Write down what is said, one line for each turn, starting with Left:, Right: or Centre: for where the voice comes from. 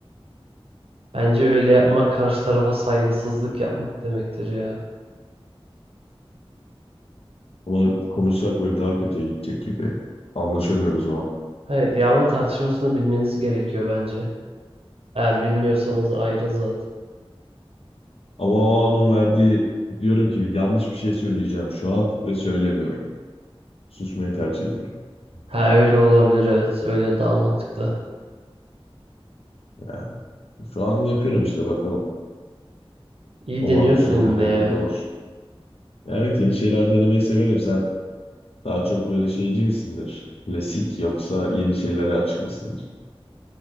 Right: Bence öyle yapmak karşı tarafa saygısızlık yapmak demektir ya.
Left: Ama konuşsak böyle daha kötüye gidecek gibi. Anlaşamıyoruz o an.
Right: Hayır, yağma tartışmasını bilmeniz gerekiyor bence. Eğer bilmiyorsanız ayrı zaten.
Left: Ama o anın verdiği diyorum ki yanlış bir şey söyleyeceğim şu an ve söylemiyorum. Susmayı tercih ediyorum.
Right: Ha öyle olabilir evet. Öyle daha mantıklı.
Left: Ya, şu an yapıyorum işte bakalım.
Right: İyi
Left: Umarım
Right: deniyorsun
Left: sürdürülebilir
Right: yine ya.
Left: olur. Evet yeni şeyler denemeyi severim sen. Daha çok böyle şeyci misindir? Klasik yoksa yeni şeylere açık mısındır?